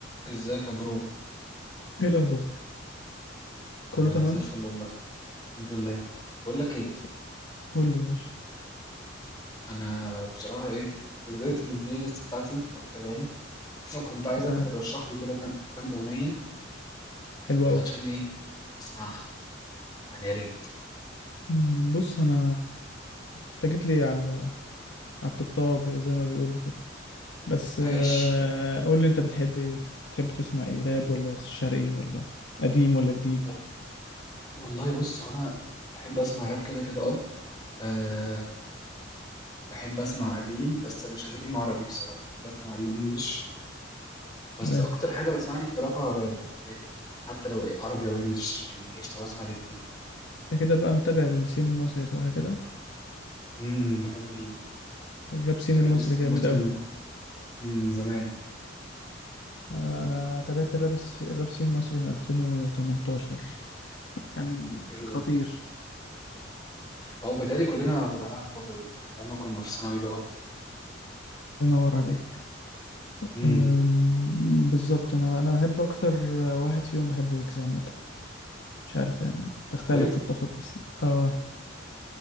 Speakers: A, on the left; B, on the left.
A: ازيك يا برو
B: ايه الاخبار كله
A: انا
B: تمام
A: زي الفل والله الحمد لله بقول لك ايه
B: س- قول لي يا باشا
A: انا بصراحه ايه كنت زهقت من البلاي ليست بتاعتي بتاعت الاغاني فكنت عايزك
B: تمام
A: ترشح لي كده كام كام اغنيه
B: حلو
A: علشان
B: قوي
A: ايه اسمعها يعني يا ريت
B: أمم، بص انا انت جيت لي على على الطبطاب زي ما بيقولوا كده بس
A: ماشي
B: آه، قول لي انت بتحب ايه بتحب تسمع ايه راب ولا شرقي ولا قديم ولا جديد
A: و- والله بص انا بحب اسمع راب كده كده اه آه، بحب اسمع قديم بس مش قديم عربي بصراحه بسمع قديم انجلش بس
B: و-
A: اكتر حاجه بسمعني بصراحه راب يعني كده كده حتى لو إيه عربي او انجلش يعني قشطه بسمع الاثنين
B: انت كده بقى متابع السين المصري صح كده
A: امم بحب
B: الراب سين
A: بحب
B: المصري
A: السينما
B: جامد
A: المصري
B: قوي
A: من من زمان
B: انا أنا تابعت الراب الس- الراب سين المصري من 2018 كان
A: حلو
B: خطير
A: ده اه بتهيألي كلنا تبعناها في الفترة دي أيام ما كنا في ثانوي بقى وبتاع
B: الله ينور عليك
A: امم
B: أم، بالظبط انا انا بحب اكتر واحد فيهم بحب ويجز عامه مش عارف يعني تختلف
A: ويجز
B: تتفق بس اه